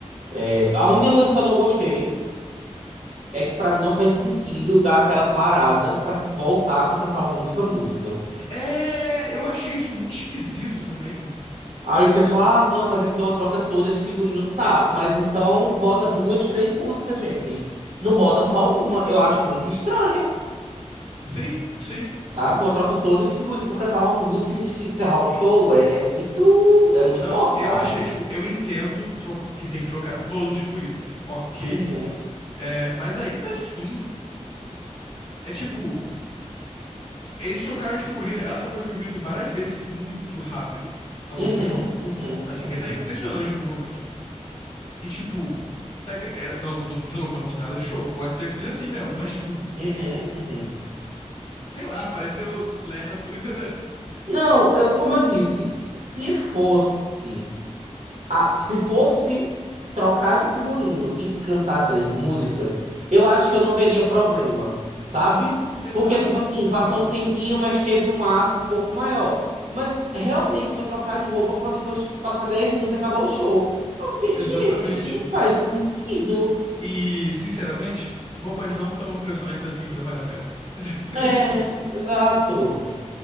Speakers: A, on the right; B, on the left.
A: É, a única coisa que eu não gostei... É que pra mim não faz sentido dar aquela parada pra voltar pra cantar uma única música.
B: É, eu achei isso muito esquisito também.
A: Aí o pessoal, ah, não, mas é porque é uma troca toda de figurino. Tá, mas então bota duas, três músicas, gente. Não bota só uma. Eu acho muito estranho,
B: Sim, sim.
A: sabe? Uma troca toda de figurino pra cantar uma música e encerrar o show. É, é muito, é muito
B: Não,
A: morgado.
B: eu achei, tipo, eu entendo tro- que tem que trocar todos os figurinos. Ok.
A: Uhum,
B: É, mas ainda assim, é tipo. Eles trocaram de figurino, ela trocou de figurino várias vezes muito rápido ao
A: uhum,
B: longo do show.
A: uhum,
B: Assim,
A: uhum,
B: até impressionante em alguns momentos. E tipo, até que- é, não, não- de novo, eu não sei nada de show. Pode ser que seja assim mesmo, mas tipo,
A: uhum, uhum.
B: sei lá, pareceu lerdo, <laughs> entendeu?
A: Não, eu, como eu disse, se fosse. Ah, se fosse trocar de figurino e cantar três músicas, eu acho que eu não veria problema, sabe?
B: Exato,
A: Porque, tipo assim,
B: exato.
A: passou um tempinho, mas teve um ato um pouco maior. Mas realmente foi trocar de roupa pra depois passar 10 minutos e acabar o show. Eu fiquei,
B: Exatamente.
A: gente, não faz sentido.
B: E, sinceramente, roupas não tão impressionantes assim pra valer a pena. <laughs>
A: É, exato.